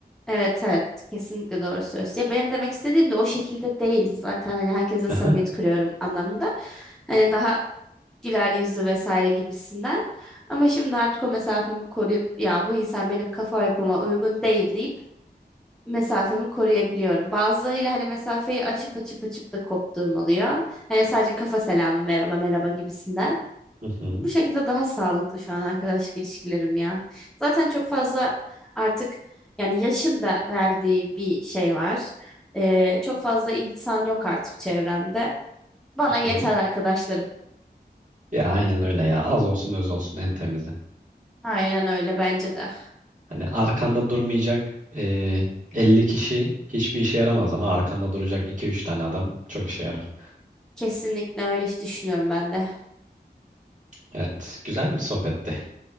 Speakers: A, in the centre; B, on the right.
A: Evet evet kesinlikle doğru söz. Ya benim demek istediğim de o şekilde değil zaten hani herkesle
B: Hı
A: samimiyet
B: hı.
A: kuruyorum anlamında. Hani daha güler yüzlü vesaire gibisinden. Ama şimdi artık o mesafemi koruyup ya bu insan benim kafa yapıma uygun değil deyip mesafemi koruyabiliyorum. Bazılarıyla hani mesafeyi açıp açıp açıp da koptuğum oluyor. Hani sadece kafa selamı merhaba merhaba gibisinden.
B: Hı hı.
A: Bu şekilde daha sağlıklı şu an arkadaşlık ilişkilerim ya. Zaten çok fazla artık yani yaşın da verdiği bir şey var. Ee, çok fazla insan yok artık çevremde. Bana
B: Hı
A: yeter
B: hı.
A: arkadaşlarım.
B: Ya aynen öyle ya. Az olsun öz olsun en temizi.
A: Aynen öyle bence de.
B: Hani arkanda durmayacak eee 50 kişi hiçbir işe yaramaz ama arkanda duracak iki üç tane adam çok işe yarar.
A: Kesinlikle öyle düşünüyorum ben de.
B: Evet, güzel bir sohbetti.